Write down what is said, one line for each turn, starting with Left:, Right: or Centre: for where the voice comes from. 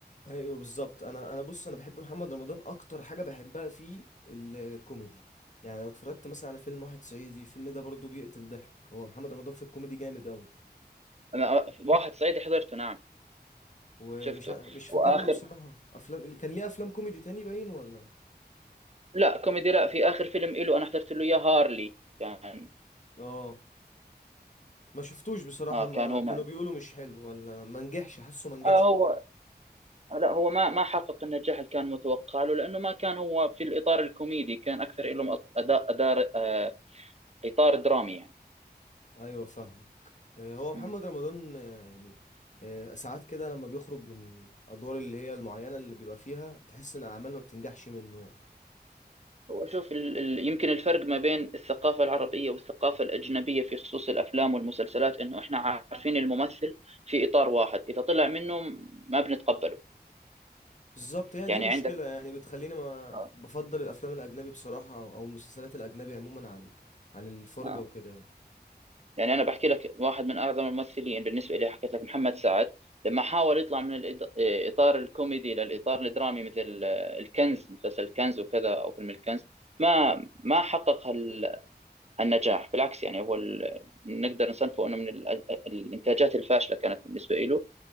Left: ايوه بالظبط انا انا بص انا بحب محمد رمضان اكتر حاجة بحبها فيه الكوميدي يعني لو اتفرجت مثلا على فيلم واحد صعيدي الفيلم ده برضه بيقتل ضحك هو محمد رمضان في الكوميدي جامد قوي
Right: أنا آه، واحد صعيدي حضرته نعم
Left: ومش
Right: شفته
Left: ع- مش فاكر
Right: وآخر
Left: له بصراحة افلام اللي كان ليه افلام كوميدي تاني باين ولا
Right: لا كوميدي لا في آخر فيلم إله أنا حضرت له يا هارلي كان
Left: اه ما شفتوش بصراحة
Right: آه
Left: ما
Right: كان هو
Left: كانوا
Right: معنا
Left: بيقولوا مش حلو ولا ما نجحش حاسه ما نجحش
Right: آه هو لا هو ما ما حقق النجاح اللي كان متوقع له لانه ما كان هو في الاطار الكوميدي كان اكثر له أط- أداء أدار آه، اطار درامي يعني
Left: ايوه فاهمك آه، هو محمد
Right: مم.
Left: رمضان آه، يعني آه، ساعات كده لما بيخرج من ادوار اللي هي المعينة اللي بيبقى فيها تحس ان اعمال ما بتنجحش منه يعني
Right: هو شوف ال- ال- يمكن الفرق ما بين الثقافة العربية والثقافة الأجنبية في خصوص الأفلام والمسلسلات إنه إحنا عارفين الممثل في إطار واحد إذا طلع منه ما بنتقبله
Left: بالظبط هي
Right: يعني
Left: دي مشكلة
Right: عندك
Left: يعني بتخليني ما
Right: آه.
Left: بفضل الافلام الاجنبي بصراحة او أو المسلسلات الاجنبي عموما عن عن الفرجة
Right: آه،
Left: وكده يعني
Right: يعني أنا بحكي لك واحد من أعظم الممثلين بالنسبة لي حكيت لك محمد سعد لما حاول يطلع من الإطار الكوميدي للإطار الدرامي مثل آه، الكنز مسلسل الكنز وكذا أو فيلم الكنز ما ما حقق هال- هالنجاح بالعكس يعني هو ال- نقدر نصنفه انه من ال- الانتاجات الفاشله كانت بالنسبه له